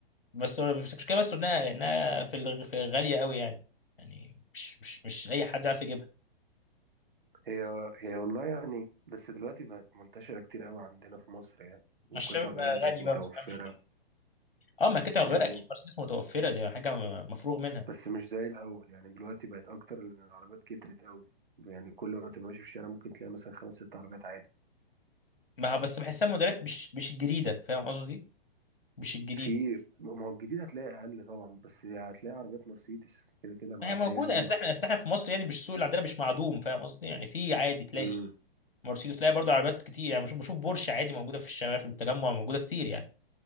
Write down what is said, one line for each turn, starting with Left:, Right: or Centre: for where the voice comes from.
Left: بس هو- بس المشكله بس انها انها في الغ- في غاليه قوي يعني يعني مش مش مش اي حد يعرف يجيبها
Right: هي هي والله يعني بس دلوقتي بقت منتشرة كتير قوي عندنا في مصر يعني وقطع
Left: ما الشباب
Right: غيرها
Left: بقى
Right: بقت
Left: غني
Right: متوفرة
Left: بقى ما تفهمش اه ما كده غير
Right: يعني
Left: اكيد مرسيدس متوفره دي حاجه م- مفروغ منها
Right: بس مش زي الأول يعني دلوقتي بقت أكتر لأن العربيات كترت قوي يعني كل ما تبقى ماشي في الشارع ممكن تلاقي مثلا خمس ست عربيات عادي
Left: ما هو بس بحسها موديلات مش مش الجديده فاهم قصدي مش الجديده
Right: في ما هو الجديد هتلاقي اقل طبعا بس هتلاقي عربيات مرسيدس كده كده معديه
Left: ما هي موجوده
Right: جنبك
Left: اصل احنا اصل احنا في مصر يعني مش السوق اللي عندنا مش معدوم فاهم قصدي يعني في عادي تلاقي
Right: امم
Left: مرسيدس تلاقي برضه عربيات كتير يعني بشوف بشوف بورش عادي موجوده في الشوارع في التجمع موجوده كتير يعني